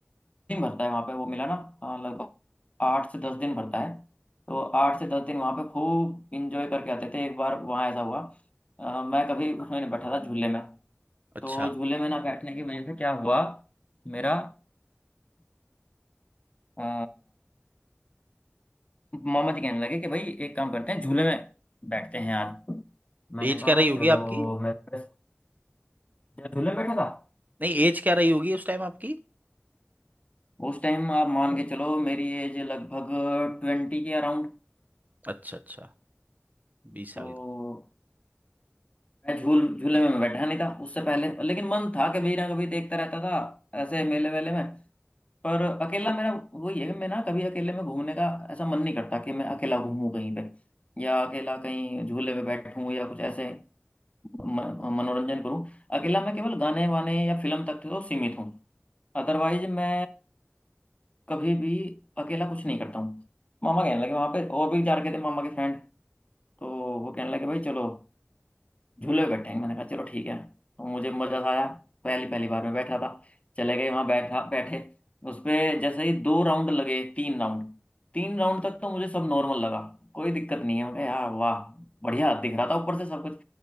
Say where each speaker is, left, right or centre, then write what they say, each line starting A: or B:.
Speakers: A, on the left (about 30°); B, on the right (about 40°).
A: दिन भरता है वहाँ पे वो मेला ना अ, लगभग आठ से दस दिन भरता है तो आठ से दस दिन वहाँ पे खूब इंजॉय करके आते थे एक बार वहाँ ऐसा हुआ अ, मैं कभी उसमें नहीं बैठा था झूले में
B: अच्छा
A: तो झूले में ना बैठने की वजह से क्या हुआ मेरा अ, मामा जी कहने लगे कि भाई एक काम करते हैं झूले में बैठते हैं आज मैंने
B: एज
A: कहा
B: क्या रही होगी
A: चलो
B: आपकी
A: मैं बस जब झूले में बैठा था
B: नहीं एज क्या रही होगी उस टाइम आपकी
A: उस टाइम आप मान के चलो मेरी एज लगभग ट्वेंटी के अराउंड
B: अच्छा अच्छा बीस साल
A: तो मैं झूल झूले में मैं बैठा नहीं था उससे पहले लेकिन मन था कभी ना कभी देखता रहता था ऐसे मेले वेले में पर अकेला मेरा वो ये है कि मैं ना कभी अकेले में घूमने का ऐसा मन नहीं करता कि मैं अकेला घूमूं कहीं पे या अकेला कहीं झूले पे बैठूं या कुछ ऐसे म- मनोरंजन करूं अकेला मैं केवल गाने वाने या फिल्म तक तो सीमित हूँ अदरवाइज मैं कभी भी अकेला कुछ नहीं करता हूँ मामा कहने लगे वहां पे और भी जा रखे थे मामा के फ्रेंड तो वो कहने लगे भाई चलो झूले पे बैठेंगे मैंने कहा चलो ठीक है तो मुझे मजा सा आया पहली पहली बार में बैठा था चले गए वहां बैठा बैठे उसपे जैसे ही दो राउंड लगे तीन राउंड तीन राउंड तक तो मुझे सब नॉर्मल लगा कोई दिक्कत नहीं है मैं कहा, यार वाह बढ़िया दिख रहा था ऊपर से सब कुछ